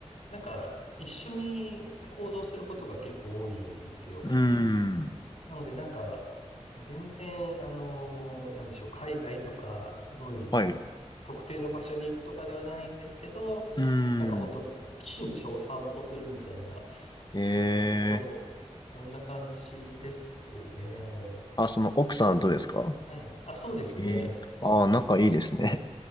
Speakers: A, on the left; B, on the left.
A: う、なんか、一緒に行動することが結構多いんですよ。
B: うーん。
A: なので、なんか、全然、あの、なんでしょう、海外とか、すごい、
B: はい。
A: 特定の場所に行くとかではないんですけど、
B: うー
A: なんか本当
B: ん。
A: <laughs> 近所を散歩するみたいな、
B: ええ。
A: なんか割と、そんな感じですね。
B: あ、その奥さんとですか
A: はい。あ、そうですね。
B: ええ。ああ、仲いいですね。